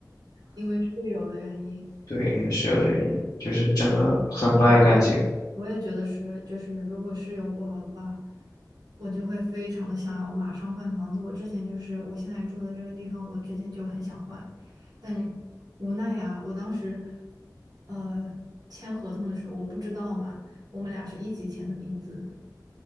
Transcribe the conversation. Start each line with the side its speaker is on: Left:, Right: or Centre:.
Right: 因为室友的原因。
Left: 对，因为室友的原因，就是真的很不爱干净。
Right: 啊，其实我也我也觉得是，就是如果室友不好的话，我就会非常的想要马上换房子。我之前就是我现在住的这个地方，我之前就很想换，但无奈呀，我当时呃签合同的时候我不知道嘛，我们俩是一起签的名字，